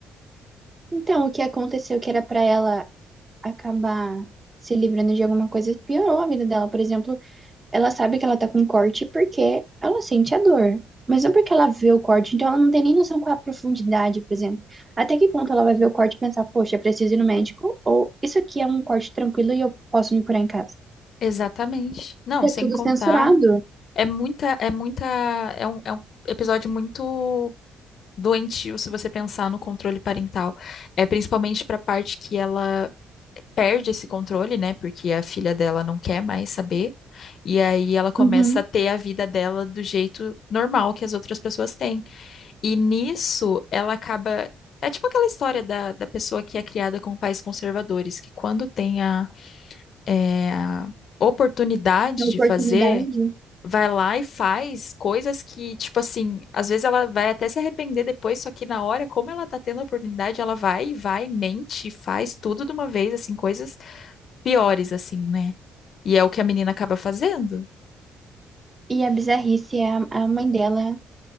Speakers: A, on the right; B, on the left.
A: Então, o que aconteceu que era pra ela acabar se livrando de alguma coisa piorou a vida dela. Por exemplo, ela sabe que ela tá com corte porque ela sente a dor. Mas não porque ela vê o corte, então ela não tem nem noção qual é a profundidade, por exemplo. Até que ponto ela vai ver o corte e pensar, poxa, preciso ir no médico? Ou isso aqui é um corte tranquilo e eu posso me curar em casa?
B: Exatamente. Não,
A: É
B: sem
A: tudo
B: contar,
A: censurado.
B: é muita, é muita, é um, é um episódio muito doentio se você pensar no controle parental. É principalmente para a parte que ela perde esse controle, né? Porque a filha dela não quer mais saber. E aí ela começa
A: Uhum.
B: a ter a vida dela do jeito normal que as outras pessoas têm. E nisso ela acaba. É tipo aquela história da, da pessoa que é criada com pais conservadores, que quando tem a, é, a oportunidade
A: A
B: de
A: oportunidade.
B: fazer vai lá e faz coisas que, tipo assim, às vezes ela vai até se arrepender depois, só que na hora, como ela tá tendo a oportunidade, ela vai e vai, mente, e faz tudo de uma vez, assim, coisas piores, assim, né? E é o que a menina acaba fazendo.
A: E a bizarrice é a, é a mãe dela